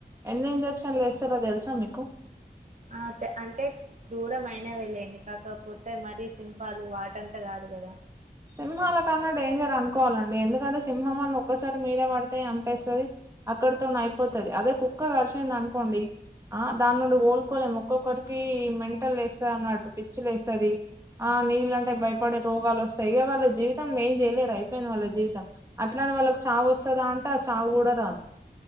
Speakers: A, on the right; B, on the right.
A: ఎన్ని ఇంజెక్షన్లు యేస్తారో తెలుసా మీకు
B: అతే అంటే క్రూరం అయినావే లేండి కాకపోతే మరీ సింహాలు వాటంతా కాదు కదా
A: సింహాల కన్నా డేంజర్ అనుకోవాలండి ఎందుకంటే సింహం అన్న ఒక్కసారి మీదే పడితే చంపేస్తాది అక్కడతోన అయిపోతాది అదే కుక్క కరిసింది అనుకోండి ఆ దాని నుండి కోలుకోలేము ఒక్కొక్కరికి మెంటల్ లేస్తాది అన్నట్టు పిచ్చి లేస్తాది ఆ నీళ్ళంటే భయపడే రోగాలు వస్తాయి ఇక వాళ్ళ జీవితం ఏం చేయలేరు అయిపొయింది వాళ్ళ జీవితం అట్లా అని వాళ్ళకి చావు వస్తాద అంటే ఆ చావు కూడా రాదు